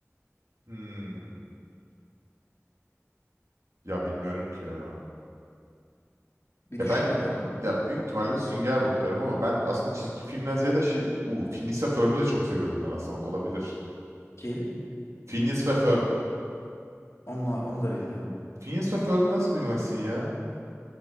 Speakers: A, on the right (about 70°); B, on the left (about 60°).
A: Hmm. Ya bilmiyorum ki ya.
B: Bir
A: Ya
B: düşün
A: ben
B: bakalım.
A: ya büyük ihtimalle Sünger Bob derim ama ben aslında çizgi filmden ziyade şey u Phineas ve Ferb'ü de çok seviyordum ben aslında bak olabilir.
B: Kim?
A: Phineas ve Ferb.
B: Onu, onu da bilmiyorum.
A: Phineas ve Ferb'ü nasıl bilmezsin ya?